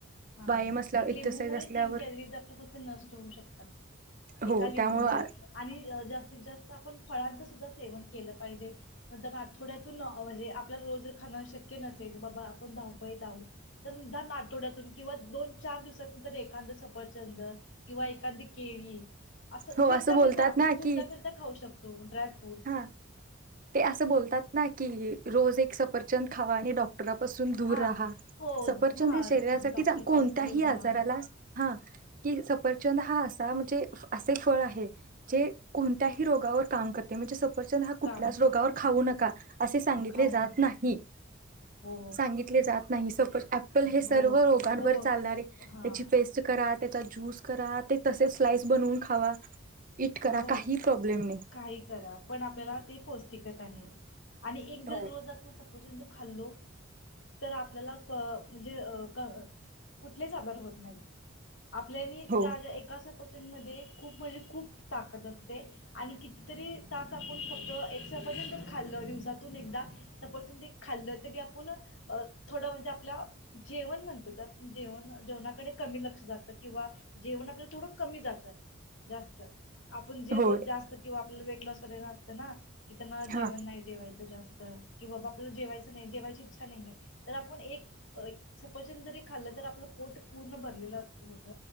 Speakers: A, on the left; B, on the right.
A: हा
B: व्यायाम असल्या
A: एक लिंबूमुळे
B: एक्सरसाइज असल्यावर
A: तीन कॅलरीज आपल्या फक्त नष्ट होऊ शकतात एका
B: हो
A: लिंबूमुळे
B: त्यामुळे
A: आणि जास्तीत जास्त आपण फळांचा सुद्धा सेवन केलं पाहिजे नंतर आठवड्यातून म्हणजे आपल्याला रोज जर खाण शक्य नसेल बाबा आपण धावपळीत आहोत तर निदान आठवड्यातून किंवा दोन चार दिवसांनंतर एखांद सफरचंद किंवा एखांदी केळी असं
B: हो
A: फिरता
B: बोलतात
A: फिरता आपण
B: ना
A: फिरता
B: की
A: फिरता खाऊ शकतो ड्राय फ्रूटस
B: हा ते असं बोलतात ना की, रोज एक सफरचंद खावा आणि डॉक् र पासून दूर
A: हा
B: राहा
A: हो
B: सफरचंद
A: हा
B: हे शरीरासाठी
A: डॉक्टर
B: कोणत्याही
A: पासून दूर राहा
B: आजाराला ह की सफरचंद हा असा म्हणजे असे फळ आहे जे कोणत्याही रोगावर काम करते म्हणजे सफरचंद हा कुठल्याच
A: काम
B: रोगावर खाऊ नका असे सांगितले
A: खाऊ
B: जात
A: नका
B: नाही
A: हो
B: सांगितले जात नाही सपोज ऍपल हे सर्व
A: हो
B: रोगांवर
A: हो
B: चालणारे त्याची
A: हा
B: पेस्ट करा त्य ज्यूस करा ते तसे स्लाइस बनवून खावा. इट करा
A: हो
B: काही प्रॉब्लेम नाही
A: काही करा पण आपल्याला ते पौष्टिकच आहे. आणि एक दररोज
B: हो
A: आपण स पुसंत खाल्ले तर आपल्याला आ म्हणजे अ कुठलेच आजार होत नाहीत. आपल्यानी
B: हो
A: त्या एका सफरचंद मध्ये खूप म्हणजे खूप. ताकद असते आणि किती कितीतरी तास आपण फक्त एक सफरचंद खाल्ल दिवसात आठवड्यातून एकदा सफरचंद एक खाल्लं तरी आपण थोडं म्हणजे आपल्या जेवण म्हणतो तर जेवण जेवणाकडे कमी लक्ष जात किंवा जेवण आपल्याला थोडं कमी जात जास्त. आपण जे रोज
B: हो
A: जास्त किंवा आपल्या व कसेतरी असते ना. कि त्यांना
B: हा
A: जेवण नाही जेवायचं जास्त किंवा जेवायच नाही जेवायची इच्छा नाहीये तर आपण एक एक सपचंद जरी खाल्ल तर आपल पोट पूर्ण भरलेल होत